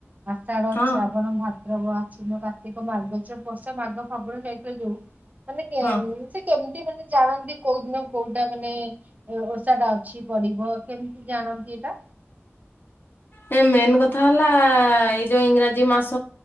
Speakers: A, on the right (about 35°); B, on the left (about 45°).
A: ଆଷାଢ଼
B: ହଁ
A: ଶ୍ରାବଣ ଭା ଭାଦ୍ରାବ ଆଶ୍ୱିନ, କାର୍ତ୍ତିକ, ମାର୍ଗଶୀର, ପୌଷ, ମାଘ, ଫଗୁଣ, ଚୈତ୍ର ଯୋଉ ମାନେ କେମ୍
B: ହଁ।
A: କେମିତି ମାନେ ଜାଣନ୍ତି କୋଉଦିନ କୋଉଟା ମାନେ ଓ ଓଷା ଟା ଅଛି ପଡ଼ିବ କେମିତି ଜାଣନ୍ତି ଏଇଟା।
B: ଏ ମେନ୍ କଥା ହେଲା ଆ, ଆ, ଏଇ ଯୋଉ ଇଂରାଜୀ ମାସ